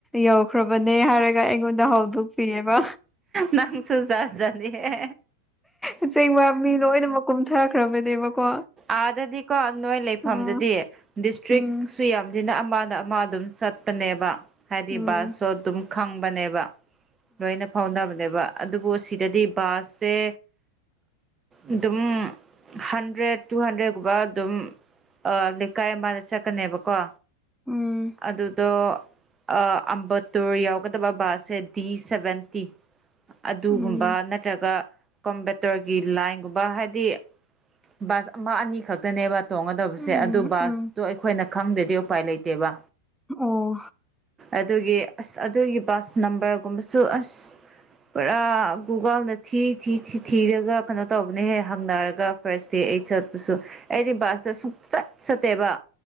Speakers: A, in the centre; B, on the right.
A: ꯌꯧꯈ꯭ꯔꯕꯅꯦ ꯍꯥꯏꯔꯒ ꯑꯩꯉꯣꯟꯗ ꯍꯧꯗꯣꯛꯄꯤꯔꯦꯕ
B: ꯅꯪꯁꯨ ꯖꯥꯠ ꯖꯥꯠꯅꯤꯍꯦ
A: ꯑꯁꯦꯡꯕ ꯃꯤ ꯂꯣꯏꯅꯃꯛ ꯀꯨꯝꯊꯈ꯭ꯔꯕꯅꯦꯕꯀꯣ
B: ꯑꯥꯗꯗꯤꯀꯣ ꯅꯣꯏ ꯂꯩꯐꯝꯗꯗꯤ
A: ꯎꯝ
B: ꯗꯤꯁꯇ꯭ꯔꯤꯛ
A: ꯎꯝ
B: ꯁꯨ ꯌꯥꯝ ꯖꯤꯅ ꯑꯃꯗ ꯑꯃ ꯑꯗꯨꯝ ꯆꯠꯄꯅꯦꯕ ꯍꯥꯏꯗꯤ
A: ꯎꯝ
B: ꯕꯥꯁꯁꯨ ꯑꯗꯨꯝ ꯈꯪꯕꯅꯦꯕ ꯂꯣꯏꯅ ꯐꯥꯎꯅꯕꯅꯦꯕ ꯑꯗꯨꯕꯨ ꯁꯤꯗꯗꯤ ꯕꯥꯁꯁꯦ ꯑꯗꯨꯝ ꯍꯟꯗ꯭ꯔꯦꯠ ꯇꯨ ꯍꯟꯗ꯭ꯔꯦꯠꯀꯨꯝꯕ ꯑꯗꯨꯝ ꯑ ꯂꯩꯀꯥꯏ ꯑꯃꯗ ꯆꯠꯀꯅꯦꯕꯀꯣ
A: ꯎꯝ
B: ꯑꯗꯨꯗꯣ ꯑ ꯑꯝꯕꯇꯨꯔ ꯌꯥꯎꯒꯗꯕ ꯕꯥꯁꯁꯦ ꯗꯤ ꯁꯕꯦꯟꯇꯤ ꯑꯗꯨꯒꯨꯝꯕ
A: ꯎꯝ
B: ꯅꯠꯇ꯭ꯔꯒ ꯀꯣꯝꯕꯦꯇꯔꯒꯤ ꯂꯥꯏꯟꯒꯨꯝꯕ ꯍꯥꯏꯗꯤ ꯕꯥꯁ ꯑꯃ ꯑꯅꯤ ꯈꯛꯇꯅꯦꯕ ꯇꯣꯡꯒꯗꯕꯁꯦ
A: ꯎꯝ
B: ꯑꯗꯨ
A: ꯎꯝ
B: ꯕꯥꯁꯇꯣ
A: ꯎꯝ
B: ꯑꯩꯈꯣꯏꯅ ꯈꯪꯗ꯭ꯔꯗꯤ ꯎꯄꯥꯏ ꯂꯩꯇꯦꯕ
A: ꯑꯣ
B: ꯑꯗꯨꯒꯤ ꯑꯁ ꯑꯗꯨꯒꯤ ꯕꯥꯁ ꯅꯝꯕꯔꯒꯨꯝꯕꯁꯨ ꯑꯁ ꯄꯨꯔꯥ ꯒꯨꯒꯜꯅ ꯊꯤ ꯊꯤ ꯊꯤꯔꯒ ꯀꯩꯅꯣ ꯇꯧꯕꯅꯦꯍꯦ ꯍꯪꯅꯔꯒ ꯐꯥꯔꯁ ꯗꯦ ꯑꯩ ꯆꯠꯄꯁꯨ ꯑꯩꯗꯤ ꯕꯥꯁꯇ ꯁꯨꯡꯆꯠ ꯆꯠꯇꯦꯕ